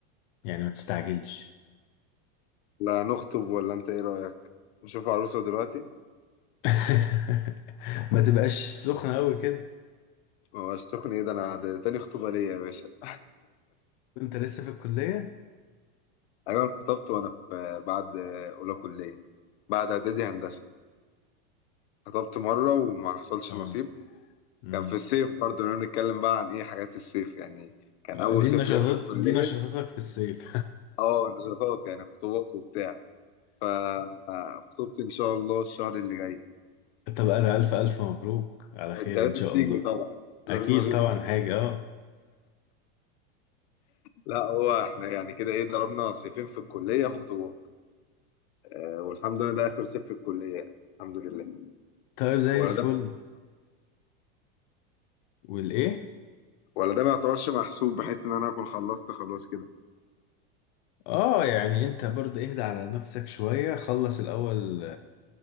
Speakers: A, on the left; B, on the left.
A: يعني ما تستعجلش
B: لا نخطب ولا انت ايه رأيك نشوف عروسة دلوقتي
A: <laughs> ما تبقاش سخنة أوي كده
B: ما بقاش تخني ايه ده انا ده تاني خطوبة ليا يا باشا <laughs>
A: وأنت لسه في الكلية
B: ايوه انا خطبت وانا في بعد اولى كلية بعد اعدادي هندسة خطبت مرة وما حصلش
A: اه
B: نصيب
A: امم
B: كان في الصيف برضه انا بنتكلم بقى عن ايه حاجات الصيف يعني كان
A: آه،
B: اول
A: دي
B: صيف
A: النشاطات
B: ليا في الكلية
A: دي نشاطاتك في الصيف
B: اه نشاطات يعني خطوبات وبتاع فخطوبتي ان شاء الله الشهر اللي جاي
A: <laughs> طب أنا ألف ألف مبروك على خير
B: انت لازم
A: إن شاء
B: تيجي
A: الله
B: طبعا
A: أكيد
B: لازم اشوفك
A: طبعا حاجة اه
B: لا هو احنا يعني كده ايه ضربنا صيفين في الكليه خطوبه آه، والحمد لله ده اخر صيف في الكليه يعني الحمد لله
A: طيب زي
B: ولا
A: الفل
B: ده
A: والإيه
B: ولا ده ما يعتبرش محسوب بحيث ان انا اكون خلصت خلاص كده
A: اه يعني أنت برضه اهدى على نفسك شوية خلص الأول